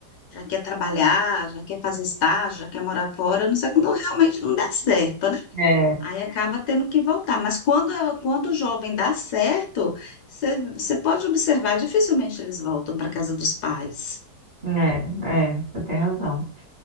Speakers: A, on the left (about 75°); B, on the right (about 30°).
A: já quer trabalhar, já quer fazer estágio, já quer morar fora. a Não sei quando realmente não dá certo, né?
B: É,
A: Aí acaba tendo que voltar. Mas quando, quando o jovem dá certo, você você pode observar, dificilmente eles voltam para casa dos pais.
B: é, é, você tem razão,